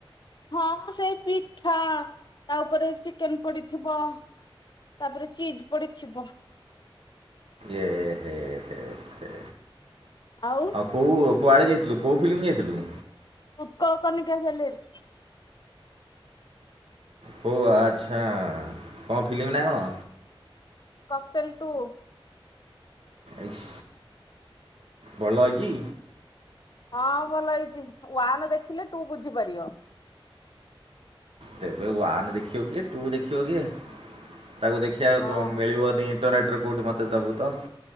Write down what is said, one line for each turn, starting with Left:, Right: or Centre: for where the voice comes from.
Left: ହଁ ମ ସେଇ ପିଠା ତା ଉପରେ ଚି ଚିକେନ ପଡିଥିବ ତାପରେ ଚିଜ ପଡିଥିବ
Right: ଏ ହେ ହେଇ ହେ।
Left: ଆଉ।
Right: ଆଉ କୋଉ କୁଆଡ଼େ ଯାଇଥିଲୁ କୋଉଫିଲ୍ମ ଯାଇଥିଲୁ?
Left: ଉତ୍କଳ କନିକା ଗ୍ୟାଲେରୀ।
Right: ହଉ ଆଚ୍ଛା କଅଁ ଫିଲ୍ମ ନା କଣ?
Left: କିକ୍ଟେନ୍‌ ଟୁ।
Right: ଇସ୍ ବଲ ଏଇଚି?
Left: ହଁ ଭଲ ହେଇଛି ୱାାନ ଦେଖିଲେ ଟୁ ବୁଝିପାରିବ।
Right: ତେବେ ୱନ୍ ଦେଖିବ କିଏ ଟୁ ଦେଖିବ କିଏ ତାକୁ ଦେଖ୍ <unintelligible>
Left: ହଁ
Right: ଇଣ୍ଟରନେଟ୍ରେ କେଉଁଠି ମୋତେ ଦେବୁ ତ।